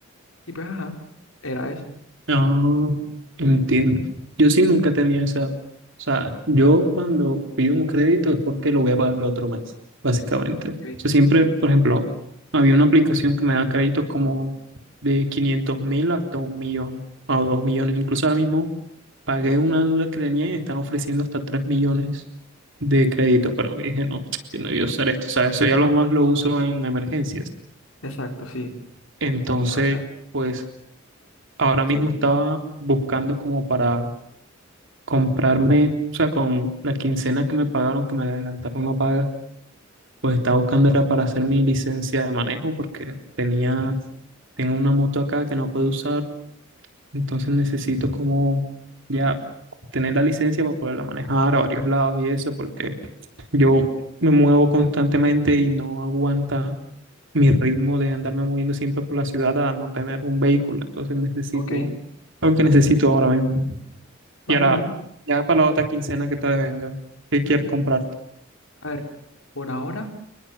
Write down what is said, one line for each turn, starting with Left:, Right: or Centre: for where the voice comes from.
Left: Y pues ajá, era eso.
Right: Ah, entiendo. Yo sí nunca tenía esa. O sea, yo cuando pido un crédito es porque lo voy a pagar el otro mes, básicamente. O
Left: Ok,
Right: sea, siempre, por ejemplo, había una aplicación que me da créditos como de quinientos mil hasta un millón o dos millones. Incluso ahora mismo pagué una deuda que tenía y me están ofreciendo hasta tres millones de crédito. Pero dije, no,
Left: ok.
Right: yo no voy a usar esto. O sea, eso ya lo más lo uso en emergencias.
Left: Exacto, sí.
Right: Entonces,
Left: La verdad,
Right: pues ahora mismo
Left: sí.
Right: estaba buscando como para comprarme, o sea, con la quincena que me pagaron, que me adelantaron la paga, pues estaba buscando era para hacer mi licencia de manejo porque tenía, tengo una moto acá que no puedo usar, entonces necesito como ya tener la licencia para poderla manejar a varios lados y eso, porque yo me muevo constantemente y no aguanta mi ritmo de andarme moviendo siempre por la ciudad a no tener un vehículo, entonces necesito
Left: Ok,
Right: Algo que necesito ahora mismo.
Left: vale,
Right: Y ahora,
Left: vale.
Right: ya para la otra quincena que te venga, ¿qué quieres comprarte?
Left: A ver, por ahora.